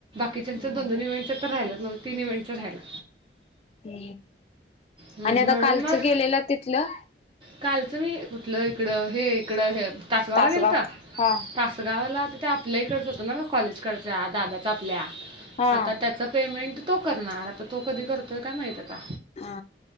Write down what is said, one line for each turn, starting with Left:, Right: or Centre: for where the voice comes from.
Right: कितीनच
Left: मग
Right: दोन दोन तर राहिल्यात माझं तीन इव्हेंटचं राहिलं
Left: हू
Right: हम्म,
Left: आणि आता
Right: म्हणून
Left: कालच
Right: मग
Left: गेलेला तिथलं
Right: कालचं मी कुठलं इकडं हे इकडं हे तासगावला
Left: तासगाव
Right: गेलता
Left: हा
Right: तासगावला त्या आप आपल्याइकडच होतं ना का कॉलेज कडच्या दादाच आपल्या
Left: हा
Right: आता त्याच पेमेंट तो करणार आता तो कधी करतोय काय माहित आता
Left: हा